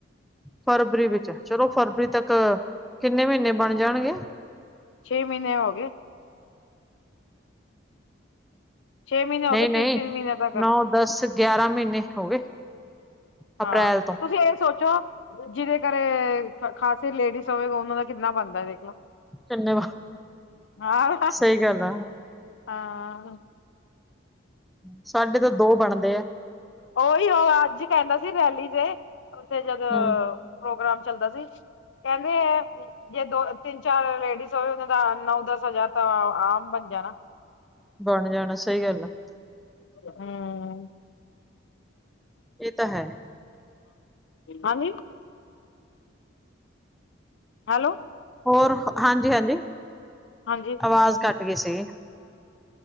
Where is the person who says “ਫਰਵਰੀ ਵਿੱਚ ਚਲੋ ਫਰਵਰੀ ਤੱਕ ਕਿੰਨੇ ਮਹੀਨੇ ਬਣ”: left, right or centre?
Centre